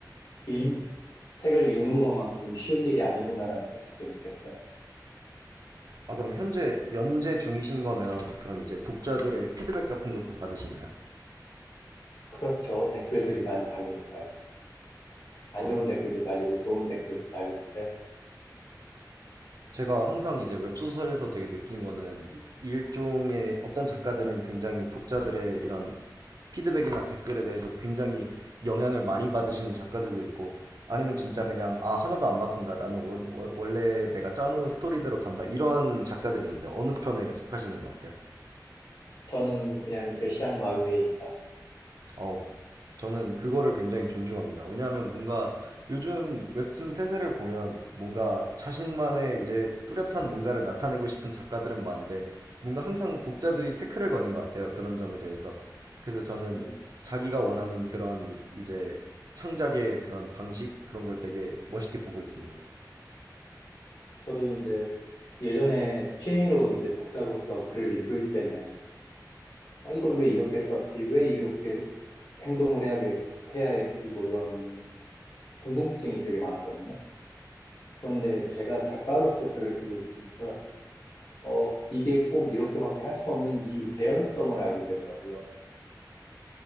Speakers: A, on the left; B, on the right.
A: 일- 책을 읽는 것만큼 쉬운 일이 아니구나라는 걸 직접 느꼈어요.
B: 아, 그럼 현재 연재 중이신 거면, 그럼 이제 독자들의 피드백 같은 것도 받으시나요?
A: 그렇죠. 댓글들이 많이 달리니까요. 안 좋은 댓글도 달리고 좋은 댓글도 달리는데
B: 제가 항상 이제 웹소설에서 되게 느낀 거는 일종의 어떤 작가들은 굉장히 독자들의 이런 피드백이나 댓글에 대해서 굉장히 영향을 많이 받으시는 작가들도 있고 아니면 진짜 그냥 아 하나도 안 바꾼다 나는 원, 원- 원래 내가 짜놓은 스토리대로 간다 이런 작가들이 있는데 어느 편에 속하시는 것 같아요?
A: 저는 그냥 결시양마위입니다
B: 어우, 저는 그거를 굉장히 존중합니다. 왜냐하면 뭔가 요즘 웹툰 태세를 보면 뭔가 자신만의 이제 뚜렷한 뭔가를 나타내고 싶은 작가들은 많은데 뭔가 항상 독자들이 태클을 거는 것 같아요. 그런 점에 대해서. 그래서 저는
A: 네.
B: 자기가 원하는 그런 이제 창작의 그런 방식 그런 걸 되게 멋있게 보고 있습니다.
A: 저도 이제 예전에 취미로 이제 독자로서 글을 읽을 때는 어, 이걸 왜 이렇게 썼지? 왜 이렇게 행동을 해야, 해야 했지? 뭐 이런 궁금증이 되게 많았거든요. 그런데 제가 작가로서 글을 쓰고 있으니까 어, 이게 꼭 이렇게밖에 할 수 없는 이유, 개연성을 알게 되더라고요.